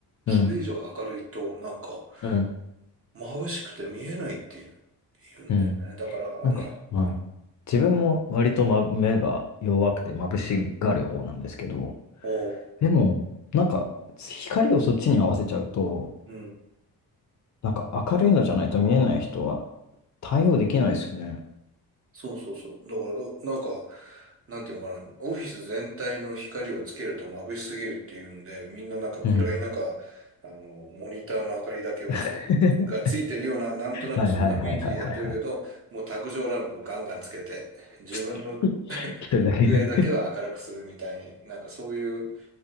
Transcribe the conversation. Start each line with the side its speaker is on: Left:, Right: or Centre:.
Right: それ以上明るいと、
Left: うん、
Right: なんか
Left: うん、
Right: 眩しくて見えないっていう、言うんだよね。
Left: うん。
Right: だから、あの、
Left: なんか、はい。自分も割と、ま、目が弱くて眩しがる方なんですけど、
Right: おう、
Left: でも、なんか、光をそっちに合わせちゃうと、
Right: うん。
Left: なんか明るいのじゃないと見えない人は対応できないですよね。
Right: そうそうそう。だからど、なんか、なんていうのかな、オフィス全体の光をつけると眩しすぎるっていうんで、みんななんか暗い中、
Left: うん。
Right: あの、モニターの明かりだけをつ、
Left: <laughs>
Right: がついてるような、なんとなくそんな雰囲気でやってるけど、
Left: はいはいはいはいはいはい。
Right: もう卓上ランプガンガンつけて、自分の
Left: <laughs>
Right: <laughs>
Left: 一人だけ
Right: 机だけは明るくするみたいに、なんかそういう、